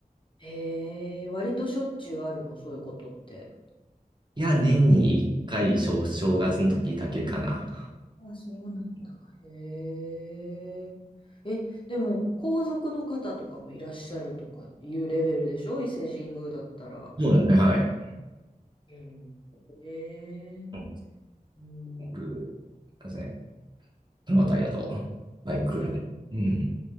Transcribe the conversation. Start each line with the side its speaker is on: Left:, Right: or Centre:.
Left: へえ、割としょっちゅうあるの、そういうことって。
Right: いや、年に1回、正、正月の時だけかな。
Left: あ、そうなんだ。へえ。え、でも、皇族の方とかもいらっしゃるとかいうレベルでしょ伊勢神宮だったら。
Right: そうだね、はい。
Left: うん。へえ。
Right: うん、す
Left: うん。
Right: ごく、そうですね。そのあたりだと、バイク来る。
Left: やっ、
Right: うん。